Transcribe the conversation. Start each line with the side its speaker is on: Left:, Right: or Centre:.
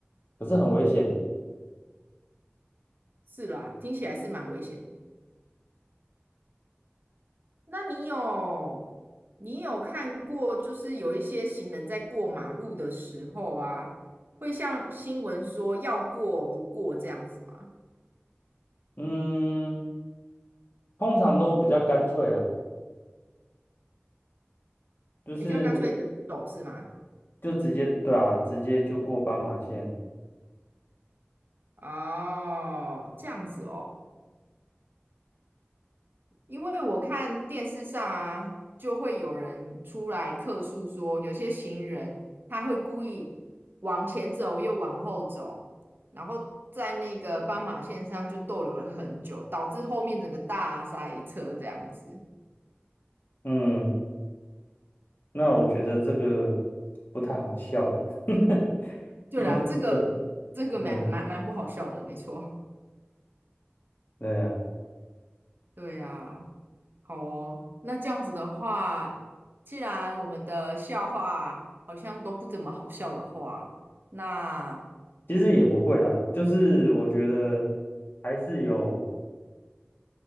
Left: 可是很危险欸。
Right: 是啦，听起来是蛮危险的。那你有你有看过，就是有一些行人在过马路的时候啊，会像新闻说要过不过这样子吗？
Left: 嗯，通常都比较干脆啦，就是
Right: 比较干脆的走是吗？
Left: 就直接对啊，直接就过斑马线。
Right: 哦，这样子哦。因为我看电视上啊，就会有人出来客诉说，有些行人他会故意往前走又往后走，然后在那个斑马线上就逗留了很久，导致后面整个大塞车这样子。
Left: 嗯，那我觉得这个不太好笑啦，<laughs>
Right: 对啦，
Left: 因为这个，
Right: 这个这个蛮蛮蛮不好笑的，
Left: 嗯，
Right: 没错。
Left: 对啊，
Right: 对呀，好哦。那这样子的话，既然我们的笑话好像都不怎么好笑的话，那
Left: 其实也不会啦，就是我觉得还是有